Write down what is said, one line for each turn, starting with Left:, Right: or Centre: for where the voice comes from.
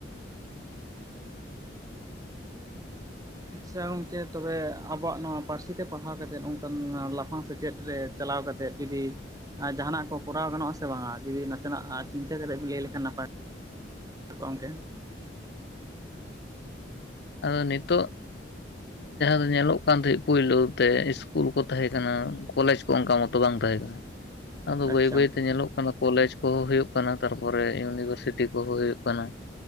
Right: ᱟᱪᱪᱷᱟ ᱜᱚᱝᱠᱮ ᱛᱚᱵᱮ ᱟᱵᱚᱣᱟᱜ ᱱᱚᱣᱟ ᱯᱟᱹᱨᱥᱤ ᱛᱮ ᱯᱟᱲᱦᱟᱣ ᱠᱟᱛᱮᱫ ᱚᱱᱠᱟᱱ ᱞᱟᱯᱷᱟᱝ ᱥᱮᱪᱮᱫ ᱨᱮ ᱪᱟᱞᱟᱣ ᱠᱟᱛᱮᱫ ᱡᱩᱫᱤ ᱡᱟᱦᱟᱱᱟᱜ ᱠᱚ ᱠᱚᱨᱟᱣ ᱜᱟᱱᱚᱜ-ᱟ ᱥᱮ ᱵᱟᱝᱟ ᱡᱩᱫᱤ ᱱᱟᱥᱮᱱᱟᱜ ᱪᱤᱱᱛᱟᱹ ᱠᱟᱛᱮ ᱵᱤᱱ ᱞᱟᱹᱭ ᱞᱮᱠᱷᱟᱱ ᱱᱟᱯᱟᱭ ᱜᱚᱢᱠᱮ
Left: ᱟᱫᱚ ᱱᱤᱛᱚᱜ ᱡᱟᱦᱟᱸ ᱫᱚ ᱧᱮᱞᱚᱜ ᱠᱟᱱ ᱛᱟᱦᱮᱜ ᱯᱩᱭᱞᱳ ᱛᱮ ᱤᱥᱠᱩᱞ ᱠᱚ ᱛᱟᱦᱮᱸ ᱠᱟᱱᱟ ᱠᱚᱞᱮᱡᱽ ᱠᱚ ᱚᱱᱠᱟ ᱢᱚᱛᱚ ᱵᱟᱝ ᱛᱟᱦᱮᱸ ᱠᱟᱱᱟ ᱟᱫᱚ ᱵᱟᱹᱭ
Right: ᱟᱪᱪᱷᱟ
Left: ᱵᱟᱹᱭᱛᱮ
Right: ᱜᱚᱢᱠᱮ
Left: ᱧᱮᱞᱚᱜ ᱠᱟᱱᱟ ᱠᱚᱞᱮᱡᱽ ᱠᱚᱦᱚᱸ ᱦᱩᱭᱩᱜ ᱠᱟᱱᱟ ᱛᱟᱨᱯᱚᱨᱮ ᱤᱭᱩᱱᱤᱵᱷᱟᱨᱥᱤᱴᱤ ᱠᱚᱦᱚᱸ ᱦᱩᱭᱩᱜ ᱠᱟᱱᱟ